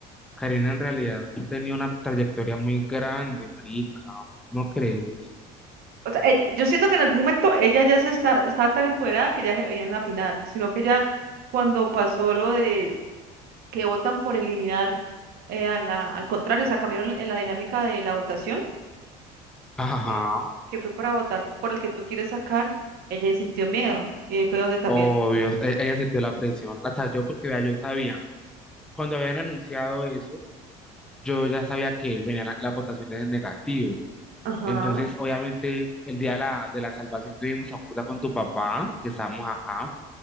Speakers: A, in the centre; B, on the right.
A: Karina en realidad tenía una trayectoria muy grande, marica, ¿no crees?
B: O sea, ella- yo siento que en algún momento ella ya se está, estaba tan empoderada que ya se veía en la final, sino que ya cuando pasó lo de que votan por eliminar eh, a la- al contrario, o sea, cambiaron en la dinámica de la votación,
A: Ajá,
B: que que fue para votar por el que tú quieres sacar, ella ahí sintió miedo. Y ahí fue donde también.
A: obvio, e- ella sintió la presión. O sea, yo porque vea, yo sabía, cuando habían anunciado eso, yo ya sabía que venían la- las votaciones en negativo.
B: Ajá.
A: Entonces, obviamente, el día de la, de la salvación que vimos, ¿se acuerda con tu papá? Que estábamos acá.